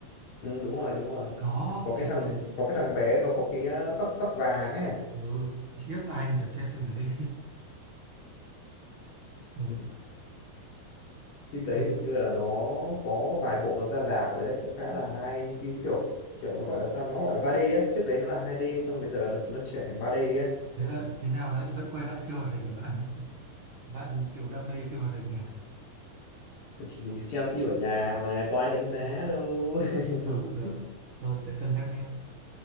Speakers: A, on the left (about 60°); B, on the right (about 75°).
A: ừ, đúng rồi đúng rồi
B: có
A: có
B: trời
A: cái thằng
B: ơi
A: có cái thằng bé nó có cái ờ, tóc tóc vàng ấy
B: ừ. khiếp ai mà chả xem phim đấy <laughs> ừ.
A: Ừ. phim đấy
B: đấy
A: thì như là nó có vài bộ nó ra rạp rồi đấy cũng khá là hay phim kiểu kiểu nó gọi là sao nó gọi là 3D á trước đấy nó là 2D xong bây giờ nó nó chuyển thành 3D á
B: thế là thế nào lại vẫn quay lại phim hoạt hình hả bạn bạn kiểu đam mê phim hoạt hình nha <laughs>
A: thì mình xem phim ở nhà mà có ai đánh giá
B: Ừ.
A: đâu
B: thôi cũng được
A: <laughs>
B: thôi sẽ cân nhắc nha,